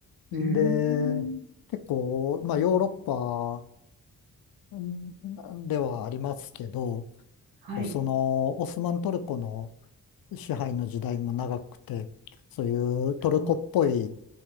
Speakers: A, on the left (about 75°); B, on the right (about 85°).
A: で、
B: うーん、
A: 結構、まあ、ヨーロッうんではありますけど、
B: はい、
A: こうそのオスマントルコの支配の時代も長くて、そういうトルコっぽい
B: そう